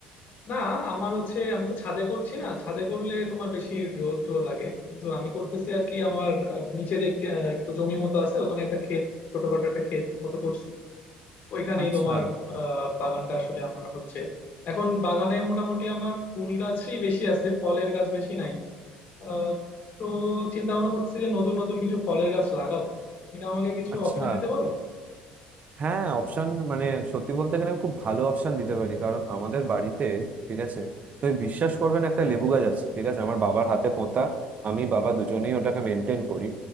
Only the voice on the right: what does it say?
আচ্ছা
আচ্ছা
হ্যাঁ অপশন মানে সত্যি বলতে গেলে আমি খুব ভালো অপশন দিতে পারি কারণ আমাদের বাড়িতে ঠিক আছে তুমি বিশ্বাস করবে না একটা লেবু গাছ আছে ঠিক আছে আমার বাবার হাতে পোঁতা আমি বাবা দুজনেই ওটাকে মেনটেন করি